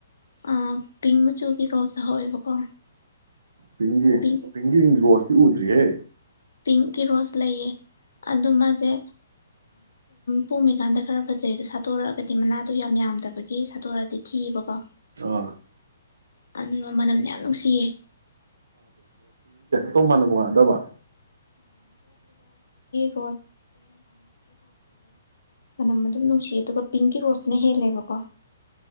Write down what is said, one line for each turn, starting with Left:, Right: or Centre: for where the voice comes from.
Left: ꯑꯥ ꯄꯤꯡ ꯃꯆꯨ ꯒꯤ ꯔꯣꯁ ꯍꯧꯋꯦꯕꯀꯣ
Right: ꯄꯤꯡꯒꯤ
Left: ꯄꯤꯡ
Right: ꯄꯤꯡꯒꯤ ꯔꯣꯁ ꯎꯗ꯭ꯔꯤ ꯍꯦ
Left: ꯄꯤꯡꯀꯤ ꯔꯣꯁ ꯂꯩꯌꯦ ꯑꯗꯨ ꯃꯥꯁꯦ ꯄꯨꯝꯃꯤꯀꯥꯟꯗ ꯈꯔ ꯐꯖ ꯖꯩꯗꯣ ꯁꯥꯠꯇꯣꯔꯛꯑꯒꯗꯤ ꯃꯅꯥꯗ ꯌꯥꯝ ꯌꯥꯝꯗꯕꯒꯤ ꯁꯥꯠꯇꯣꯔꯛꯑꯗꯤ ꯊꯤꯑꯕꯀꯣ
Right: ꯑ
Left: ꯑꯗꯨꯒ ꯃꯅꯝꯅ ꯌꯥꯝ ꯅꯨꯡꯁꯤꯌꯦ
Right: ꯇ ꯃꯅꯒꯗꯕꯔꯦ
Left: ꯃ ꯅꯨꯡ ꯁꯤ ꯑꯗꯨꯒ ꯄꯤꯡꯀꯤ ꯔꯣꯁꯅ ꯍꯦꯜꯂꯦꯕꯀꯣ